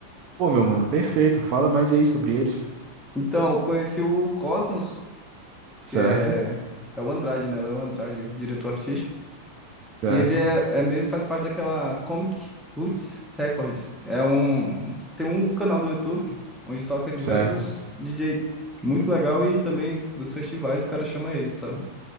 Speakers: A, on the right; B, in the centre.
A: Pô, meu mano, perfeito. Fala mais aí sobre eles.
B: Então, eu conheci o Cosmos,
A: Certo,
B: que é, é o Andrade, né? Léo Andrade, o diretor artístico.
A: certo,
B: E ele é, é mesmo, faz parte daquela Comic Roots Records. É um, tem um canal do YouTube onde toca diversos
A: certo.
B: DJ muito legal e também dos festivais, o cara chama ele, sabe?